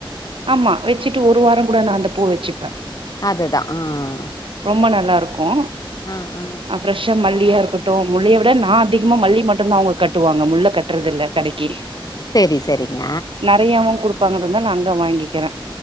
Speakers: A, on the right; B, on the left.
A: ஆமா வெச்சிட்டு ஒரு வாரங் கூட நா அந்த பூ வெச்சுப்ப
B: அதுதா ஆ ஆ அ
A: ரொம்ப நல்லாருக்கு
B: ஆ ஆ
A: ஆ ப்ரெஷா மல்லியா இருக்கட்டு முல்லையா இல்ல நா அதிகமா மல்லி மட்டுந்தா அவங்க கட்டுவாங்க முல்ல கட்றது இல்ல கடைக்கி
B: செரி செரிங்க
A: நெறையாவு குடுப்பாங்கனு தா நா அங்க வாங்கிக்கிறே